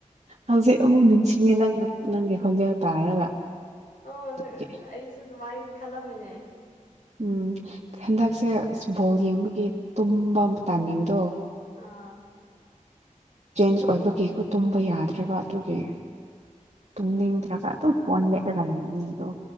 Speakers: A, on the right; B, on the left.
A: ꯍꯧꯖꯤꯛ ꯑꯃꯨꯛ ꯅꯤꯡꯁꯤꯡꯉꯦ ꯅꯪ ꯅꯪꯒꯤ ꯈꯣꯟꯖꯦꯜ ꯇꯥꯔꯒ
B: ꯑ
A: ꯑꯗꯨꯒꯤ
B: ꯅꯪ ꯑꯩꯁꯨ ꯑꯗꯨꯃꯥꯏ ꯈꯜꯂꯝꯃꯤꯅꯦ
A: ꯎꯝ ꯍꯟꯗꯛꯁꯦ ꯑꯁ ꯕꯣꯜ ꯌꯦꯡꯕꯒꯤ ꯇꯨꯝꯕ ꯇꯥꯅꯤꯡꯗꯣ
B: ꯑꯥ
A: ꯆꯦꯟꯖ ꯑꯣꯏꯕ ꯀꯦꯀꯨ ꯇꯨꯝꯕ ꯌꯥꯗ꯭ꯔꯕ ꯑꯗꯨꯒꯤ ꯇꯃꯤꯅꯤꯡ ꯇꯔꯒ ꯑꯗꯨꯣ ꯐꯣꯟꯃꯦꯂꯒ ꯂꯩꯅꯦ ꯑꯗꯣ